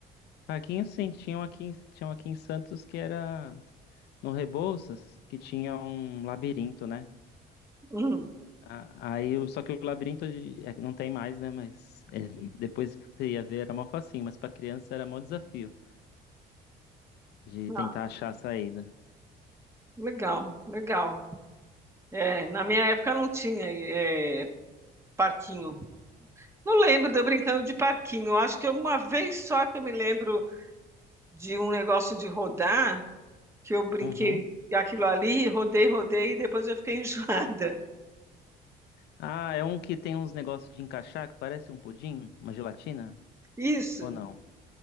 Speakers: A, on the left; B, on the right.
A: parquinhos, sim, tinham aqui, em- tinham aqui em Santos que era no Rebouças, que tinha um labirinto, né?
B: Hum,
A: A- Aí, o- só que o labirinto de- é, não tem mais, né? Mas é, <laughs> depois você ia ver, era mó facinho, mas pra criança era mó desafio de
B: ah,
A: tentar achar a saída.
B: legal, legal. É, na minha época não tinha, é, parquinho. Não lembro de eu brincando de parquinho. Acho que uma vez só que eu me lembro de um negócio de rodar, que eu brinquei
A: Uhum.
B: aquilo ali, rodei, rodei e depois eu fiquei <laughs> enjoada.
A: Ah, é um que tem uns negócios de encaixar que parece um pudim, uma gelatina?
B: Isso.
A: Ou não?